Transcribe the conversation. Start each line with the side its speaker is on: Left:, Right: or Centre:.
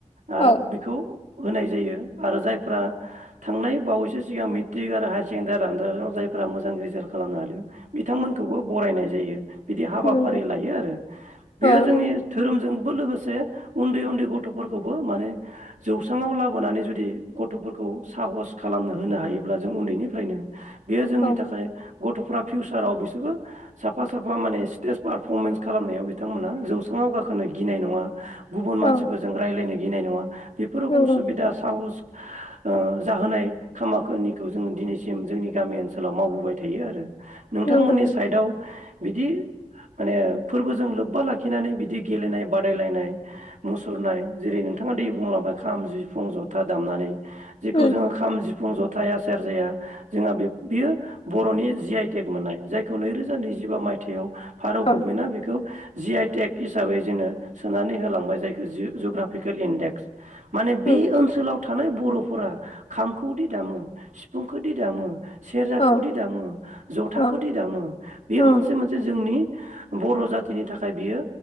Right: आरो
Left: औ
Right: बेखौ होनाय जायो आरो जायफ्रा थांनाय बावैसो सिगां मेट्रिक आरो हायार सेकेणडारि रजादाव जायफोरा मोजां रिजाल्ट खालामनो हादों बिथांमोनखौबो बरायनाय जायो। बिदि हाबाफारि
Left: नंगौ
Right: लायो आरो बेयो
Left: औ
Right: जोंनि
Left: नंगौ
Right: धोरोमजों बो लोगोसे उन्दै उन्दै गथ फोरखौबो माने जौस्रांङाव लाबोनानै जुदि गथ'फोरखौ साहस खालामनो होनो हायोब्ला जों उन्दै निफ्रायनो बेयो जोंनि
Left: औ नंगौ औ
Right: थाखाय गथ'फ्रा फिउसाराव बिसोरबो साफा साफा माने स्टेज पारफरमेन्स खालामनायाव बिथांमोना जौस्राङाव गाखोनो गिनाय नङा। गुबुन
Left: औ
Right: मानसिफोरजों रायज्लायनो गिनाय नङा। बेफोर
Left: नंगौ
Right: हलसु बिदा साहस ओ जाहोनाय खामाखो निखौ जोङो दिनैसिम जोंनि गामि ओनसोलाव मावबोबाय थायो आरो। नोंथांमोननि
Left: नंगौ
Right: साइदआव बिदि माने फोरबोजों लोब्बा लाखिनानै बिदि गेलेनाय बादायलायनाय मुसुरनाय जेरै नोंथाङा दै बुंलां ओ खाम, जिफुं, जथा दामनानै जेखौ
Left: उम
Right: जोङो खाम, जिफुं फुं जथाया सेर जाया जोंहा बे बियो बर'नि जि आइटेक मोननाय जायखौ नैरोजा नैजिबा मायथाइयाव भारत
Left: औ
Right: गभमेन्टआ बेखौ जिआइ टेक हिसाबै जोङो सोनानै होलांबाय जायखौ जु जुग्राफिकेल इन्डेक्स माने बे
Left: औ
Right: ओनसोलाव थानाय बर फोरा खाम खौदि दामो सिफुं खोदि दामो सेरजा
Left: औ
Right: खौदि दामो जथा
Left: औ
Right: खोदि दामो बेयो
Left: औ
Right: मोनसे मोनसे जोंनि बर' जाति नि थाखाय बियो